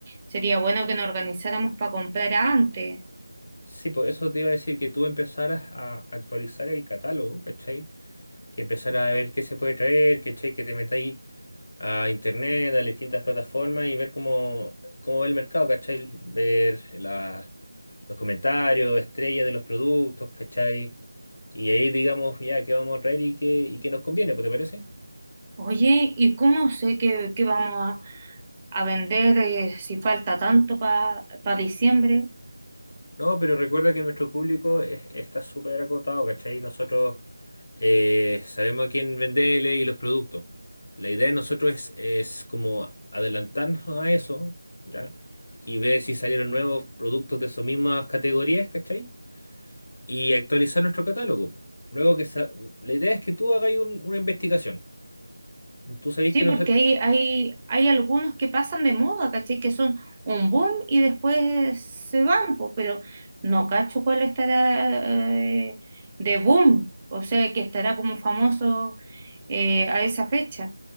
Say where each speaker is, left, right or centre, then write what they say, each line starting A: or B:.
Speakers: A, on the right; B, on the left.
A: sería bueno que nos organizáramos para comprar antes.
B: Sí, pues eso te iba a decir que tú empezaras a actualizar el catálogo, ¿cachai? Que empezaras a ver qué se puede traer, ¿cachai? Que te metáis a internet, a las distintas plataformas y ver cómo, cómo va el mercado, ¿cachai? Ver la- los comentarios, estrellas de los productos, ¿cachai? Y ahí digamos ya qué vamos a traer y qué, y qué nos conviene, pues, ¿te parece?
A: Oye, ¿y cómo sé que, que vamos a, a vender eh, si falta tanto para diciembre?
B: No, pero recuerda que nuestro público es- está súper acotado, ¿cachai? Nosotros eh, sabemos a quién venderle y los productos. La idea de nosotros es, es como adelantarnos a eso, ¿ya? Y ver si salieron nuevos productos de esas mismas categorías, ¿cachai? Y actualizar nuestro catálogo. Luego que sa- la idea es que tú hagas un- una investigación. Tú sabés
A: Sí,
B: que
A: porque
B: no sé.
A: hay, hay, hay algunos que pasan de moda, ¿cachai? Que son un boom y después se van, po, pero no cacho cuál estará eh, de boom, o sea, que estará como famoso eh, a esa fecha.